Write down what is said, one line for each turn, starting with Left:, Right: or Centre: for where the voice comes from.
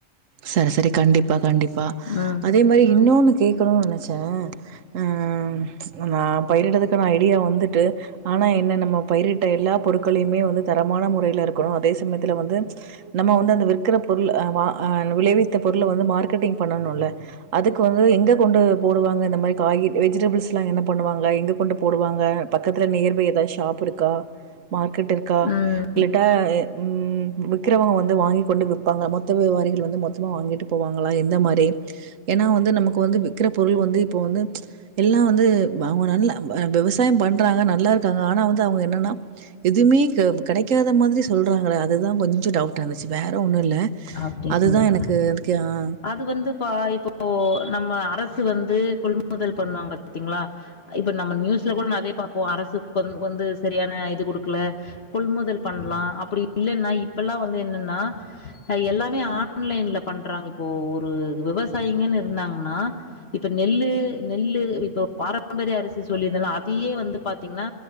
Right: சரி சரி கண்டிப்பா கண்டிப்பா
Left: ம்
Right: அதே மாரி இன்னொன்னு கேக்கனு நெனச் சே ம் நம்ம பயிரிடதுக்கான ஐடியா வந்துட்டு ஆனா என்ன நம்ம பயிரிட்ட எல்லா பொருட்களையுமே வந்து தரமான முறைல இருக்கணு அதே சமயத்துல வந்து நம்ம வந்து அந்த விற்கிற பொருள் அ வா அ விளைவித்த பொருள வந்து மார்க்கெட்டிங் பண்ணணுல்ல அதுக்கு வந்து எங்க கொண்டு போடுவாங்க இந்த மாரி காய வெஜிடபிள்ஸ்லா என்ன பண்ணுவாங்க எங்க கொண்டு போடுவாங்க பக்கத்துல நியர்பை எதா ஷாப் இருக்கா மார்க்கெட் இருக்கா
Left: ம்
Right: இல்லட்டா ம் ம் விக்கிறவங்க வந்து வாங்கி கொண்டு விப்பாங்க மொத்த வியாபாரிக ள் வந்து மொத்தமா வாங்கிட்டு போவாங்கலா எந்த மாரி ஏனா வந்து நமக்கு வந்து விக்கிற பொருள் வந்து இப்ப வந்து எல்லா வந்து அவுங்க நல்ல விவசாயம் பண்றாங்க நல்லாருக்காங்க ஆனா வந்து அவுங்க என்னனா எதுவ்மே க கடைக்காத மாதிரி சொல்றாங்கல அதுதா கொஞ்ச டவுட்டாருந்துச்சு வேற ஒன்னு இல்ல
Left: அப்டிங்கப்பா
Right: அதுதா எனக்கு அதுக்கு ஆ
Left: அது வந்துப்பா இப்போ நம்ம அரசு வந்து கொள்முதல் பண்ணுவாங்க பாத்தீங்ளா இப்ப நம்ம நியூஸ்ல கூட நெறைய பாப்போ அரசு வந்து சரியான இது குடுக்ல கொள்முதல் பண்லா அப்டி இல்லன்னா இப்பல்லா வந்து என்னன்னா ஹ எல்லாமே ஆன்லைன்ல பண்றாங்க இப்போ ஒரு விவசாயிங்கன்னு இருந்தாங்கனா இப்ப நெல்லு நெல்லு இப்போ பாரம்பரிய அரிசி சொல்லியிருந்தல்ல அதையே வந்து பாத்தீங்னா